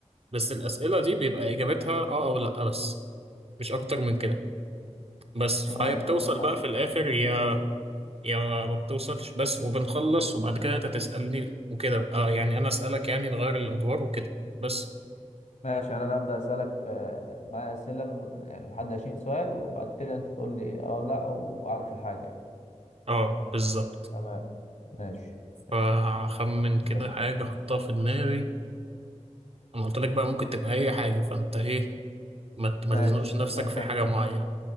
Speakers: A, on the right; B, on the left.
A: بس الأسئلة دي بيبقى إجابتها آه أو لأ بس مش أكتر من كده بس فهي
B: تمام
A: بتوصل
B: يعني أنا
A: بقى في الآخر يا يا ما بتوصلش بس وبنخلص وبعد كده أنت تسألني وكده آه يعني أنا أسألك يعني نغير الأدوار وكده بس
B: ماشي يعني أنا أبدأ أسألك آه، معايا أسئلة الم- يعني لحد 20 سؤال وبعد كده أنت تقول لي أه لأ وأعرف الحاجة يعني.
A: آه بالظبط
B: تمام ماشي ماشي
A: فهخمن
B: ممكن
A: كده
B: نبدأ
A: حاجة أحطها في دماغي أنا قلت لك بقى ممكن تبقى أي حاجة فأنت إيه ما ت- ما
B: ماشي
A: تزنقش نفسك
B: أنت
A: في حاجة معينة